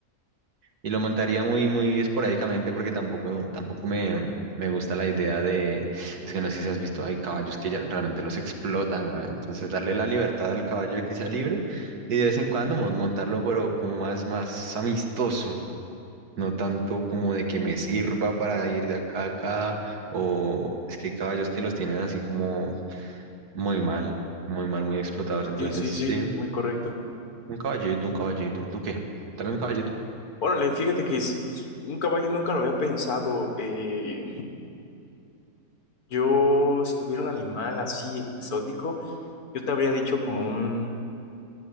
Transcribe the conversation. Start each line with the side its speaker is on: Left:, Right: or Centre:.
Right: Y lo montaría muy, muy esporádicamente porque tampoco, tampoco me, me gusta la idea de, es que no sé si has visto, hay caballos que ya realmente los explotan, weón. Entonces darle la libertad al caballo de que sea libre y de vez en cuando mon- montarlo, pero como más, más amistoso, no tanto como de que me sirva para ir de acá a acá, o es que hay caballos que los tienen así como muy mal, muy mal, muy explotados. Entonces,
Left: Sí, sí, sí,
Right: sí,
Left: muy correcto.
Right: un caballito, un caballito, ¿tú qué? Dame un caballito.
Left: Órale, fíjate que es- es- un caballo nunca lo había pensado. eh, Yo, si tuviera un animal así exótico, yo te habría dicho como un,